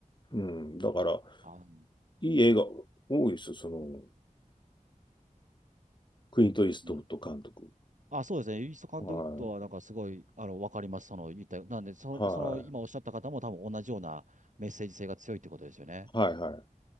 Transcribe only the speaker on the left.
うん。だから、
いい映画多いですよ、その、クイント・イーストウッド監督。
はい。
は
い。はい、はい。